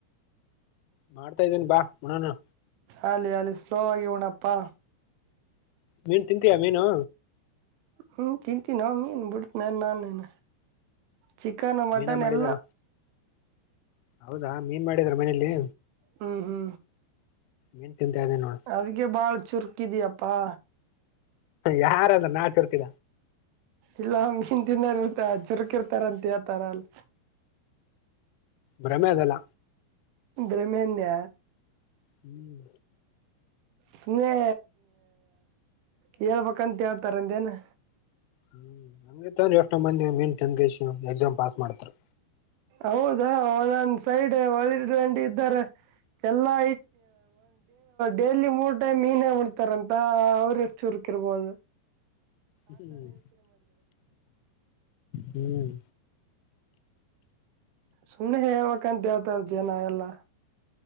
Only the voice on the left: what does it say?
ಮಾಡ್ತಾ ಇದೀನ್ ಪ ಉಣ್ಣನ.
ನೀನ್ ತಿಂತೀಯಾ ಮೀನು.
ಮೀನ ಮಾಡಿದಾರ
ಹೌದಾ ಮೀನ್ ಮಾಡಿದ್ರ ಮನೇಲಿ.
ಮೀನ್ ತಿಂತಾಯಿದೀನ್ ನೋಡು.
ಯಾರಂದ್ರು ನಾ ಚುರ್ಕ್ಇ
ಭ್ರಮೆ ಅದೆಲ್ಲ.
ಹ್ಮ್.
ಹ್ಮ್ ಹಂಗೆ ತಾನೇ ಎಷ್ಟೋ ಮಂದಿ <unintelligible> ಎಕ್ಸಾಮ್ ಪಾಸ್ ಮಾಡ್ತಾರೆ
ಹ್ಮ್ ಹ್ಮ್.